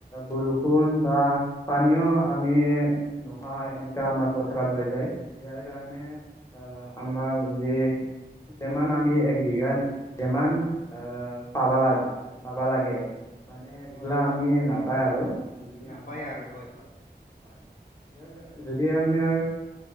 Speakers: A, on the left; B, on the left.
A: বৰষুণ বা পানীও আমি নোহোৱা এনেকা আমাৰ পথাৰত হৈ যায় ইয়াৰ কাৰণে। আ আমাৰ যি যেমান আমি এক বিঘাত যেমান আ পাবা লাগ পাবা লাগে। মানে এইগিলা
B: হয়
A: আমি নাপায় আৰু যদি
B: নাপায়
A: আমাৰ
B: আৰু
A: খেতি।
B: হয় হয়
A: হয় ইয়াৰ কা। যদি আমি এ